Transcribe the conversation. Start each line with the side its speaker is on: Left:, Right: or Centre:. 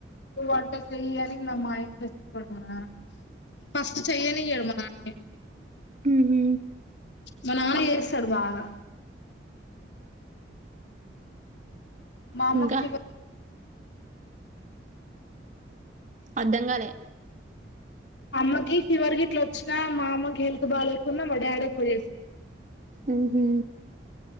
Left: నువ్వు వంట చెయ్యి అని నా మా ఇట్ చెప్పాడు మ ఫస్ట్ చెయ్యనియడు మా నాన్నే
Right: ఉహు
Left: మా నాన్న చేస్తాడు బాగా మా అమ్మకి
Right: ఇంకా
Left: ఫీవర్
Right: అర్ధంగాలే
Left: అమ్మకి ఫీవర్ కి ఇట్లా వచ్చినా మా అమ్మకి హెల్త్ బాలేకున్నా మా డాడీ ఎక్కువ చేస్తాడు
Right: ఉ హు